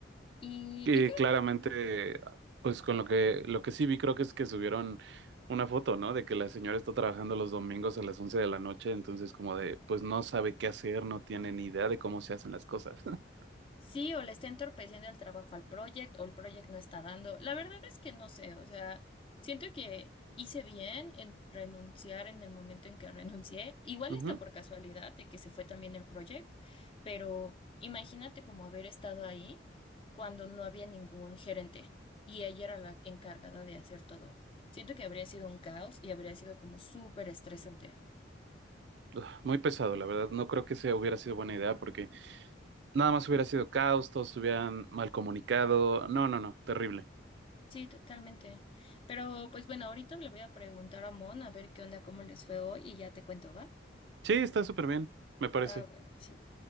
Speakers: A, on the left (about 30°); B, on the right (about 65°).
A: Y,
B: Y
A: y ya.
B: claramente, pues con lo que, lo que sí vi creo que es que subieron una foto, ¿no? De que la señora está trabajando los domingos a las 11 de la noche, entonces como de, pues no sabe qué hacer, no tiene ni idea de cómo se hacen las cosas. <laughs>
A: Sí, o le está entorpeciendo el trabajo al project, o el project no está dando. La verdad es que no sé, o sea, siento que hice bien en renunciar en el momento en que <laughs> renuncié. Igual
B: Ujú.
A: está por casualidad de que se fue también el project, pero imagínate como haber estado ahí cuando no había ningún gerente y ella era la encargada de hacer todo. Siento que habría sido un caos y habría sido como súper estresante.
B: Ugh, Muy pesado, la verdad. No creo que sea hubiera sido buena idea porque nada más hubiera sido caos, todos se hubieran mal comunicado. No, no, no, terrible.
A: Sí, totalmente. Pero pues bueno, ahorita le voy a preguntar a Mon a ver qué onda, cómo les fue hoy y ya te cuento, ¿va?
B: Sí, está súper bien, me parece.
A: Ah, bueno, sí.